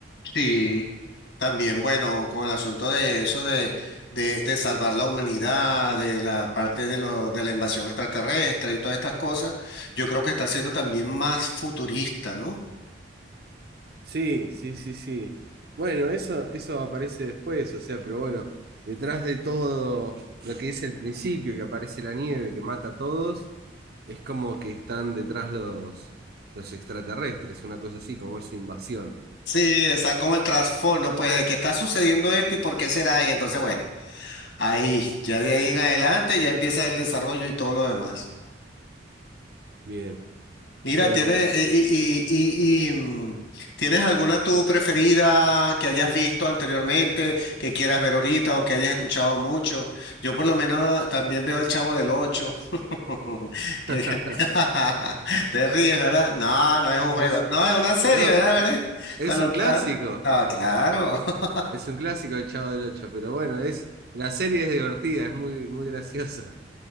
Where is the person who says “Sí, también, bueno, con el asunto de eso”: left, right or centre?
Left